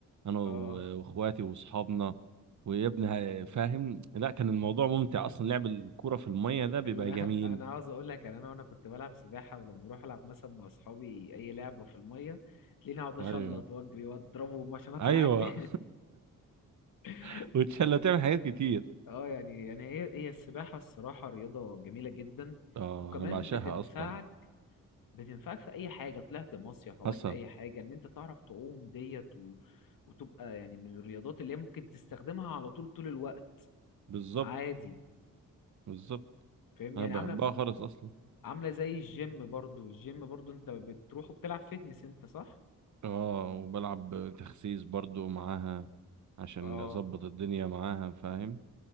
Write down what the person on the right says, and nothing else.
انا و-
واخواتي واصحابنا ويا ابني ه- فاهم لا كان الموضوع ممتع اصلا لعب الكوره في الميه ده بيبقى
جميل
ايوه
ايوه
<laughs> وتشلى
تعمل حاجات كتير
اه
انا بعشقها
اصلا
حسن
بالظبط
بالظبط
انا
بحبها
خالص اصلا
اه وبلعب تخسيس برضو معاها عشان
اظبط الدنيا معاها فاهم